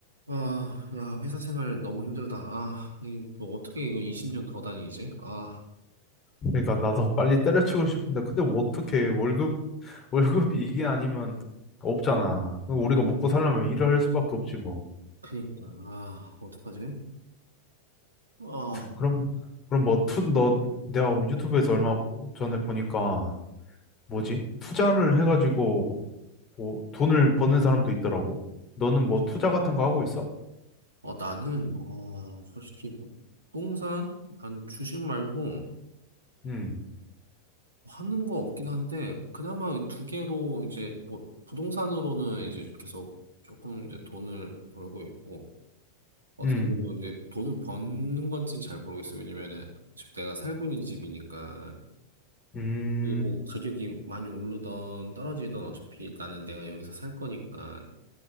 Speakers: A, on the right; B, on the left.
A: 아, 야, 회사 생활 너무 힘들다. 아, 이, 뭐, 어떻게 이거 20년 더 다니지? 아,
B: 그러니까 나도 빨리 때려치고 싶은데 근데 뭐 어떻게 월급 월급이 이게 아니면 없잖아. 그럼 우리가 먹고 살려면 일을 할 수밖에 없지 뭐.
A: 그니까, 아, 어떡하지? 아,
B: 그럼 그럼 뭐 투 너 내가 유튜브에서 얼마 전에 보니까 뭐지? 투자를 해가지고 뭐 돈을 버는 사람도 있더라고. 너는
A: 아,
B: 뭐
A: 진짜?
B: 투자 같은 거 하고 있어?
A: 어, 나는, 어, 솔직히, 뭐, 부동산, 아니 주식 말고,
B: 음,
A: 하는 거 없긴 한데, 그나마 이두 개로, 이제, 뭐, 부동산으로는 이제 계속 조금 이제 돈을 벌고 있고, 어떻게
B: 음,
A: 보면 이제 돈을 버는 건지는 잘 모르겠어. 왜냐면은, 지금 내가 살고 있는 집이니까,
B: 음,
A: 이게 뭐 가격이 많이 오르던 떨어지던 어차피 나는 내가 여기서 살 거니까